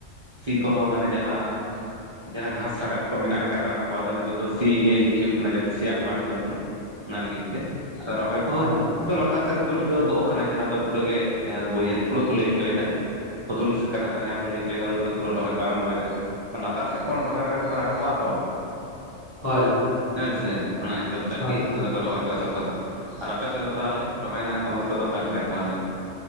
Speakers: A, on the right; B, on the left.
A: ᱥᱤ ᱠᱚᱦᱚᱸ ᱢᱟᱱᱮ ᱡᱟᱦᱟᱸ᱾ ᱡᱟᱦᱟᱸ ᱜᱷᱟᱥ ᱥᱟᱜᱟᱫ ᱠᱚᱦᱚ ᱢᱮᱱᱟᱜ ᱟᱠᱟᱫᱟ ᱚᱱᱟ ᱠᱚ ᱟᱫᱚ ᱱᱤᱛᱚᱜ ᱫᱚ ᱥᱤ ᱤᱭᱟᱹ ᱤᱫᱤ ᱦᱩᱭᱩᱜ ᱠᱟᱱᱟ ᱡᱟᱛᱮ ᱥᱮᱭᱟᱜ ᱢᱟ ᱟᱹᱰᱤ ᱞᱚᱜᱚᱱ ᱾ ᱚᱱᱟ ᱞᱟᱹᱜᱤᱫ ᱛᱮ ᱨᱚᱦᱚᱭ ᱠᱚᱦᱚᱸ
B: ᱦᱳᱭ
A: ᱛᱩ ᱞᱟᱛᱟᱨ ᱥᱮᱫ ᱫᱚᱠᱚ ᱪᱷᱩᱴᱟᱹᱣ ᱜᱚᱜ ᱠᱟᱱᱟ ᱡᱟᱦᱟᱸ ᱫᱚ ᱯᱩᱨᱟᱹ ᱜᱮ ᱡᱟᱦᱟᱸ ᱵᱟᱹᱭᱦᱟᱹᱲ ᱯᱩᱨᱟᱹ ᱠᱚ ᱞᱟᱹᱭ ᱦᱚᱪᱚᱭᱮᱫᱟ ᱾ ᱦᱩᱫᱩᱞᱥ ᱠᱟᱛᱷᱟ ᱴᱟᱜ ᱡᱟᱦᱟᱸ ᱠᱚ ᱞᱟᱹᱭᱪᱚᱭᱮᱫᱟ ᱚᱱᱛᱮ ᱫᱚ ᱯᱩᱨᱟᱹ ᱨᱚᱦᱚᱭ ᱠᱚ ᱟᱨᱟᱢᱵᱷᱚᱭᱮᱫᱟ ᱾ ᱞᱟᱛᱟᱨ ᱥᱮᱫ ᱠᱷᱚᱱ ᱨᱚᱦᱚᱭ ᱨᱚᱦᱚᱭ ᱫᱚᱠᱚ ᱨᱟᱠᱟᱵᱚᱜᱼᱟ ᱛᱚ᱾
B: ᱦᱳᱭ
A: ᱦᱮᱸ ᱥᱮ ᱚᱱᱟ ᱦᱤᱥᱟᱹᱵ ᱛᱮ ᱟᱨᱠᱤ
B: ᱦᱳᱭ
A: ᱫᱷᱩᱨᱟᱣ ᱠᱚ ᱨᱚᱦᱚᱭ ᱠᱚ ᱮᱛᱚᱦᱚᱵ ᱠᱟᱫᱟ, ᱟᱨ ᱟᱯᱮ ᱥᱮᱫ ᱫᱚ ᱛᱟᱦᱚᱞᱮ ᱨᱚᱦᱚᱭ ᱨᱮᱱᱟᱜ ᱚᱵᱚᱥᱛᱟ ᱫᱚ ᱚᱠᱟ ᱞᱮᱠᱟ ᱛᱟᱦᱚᱞᱮ?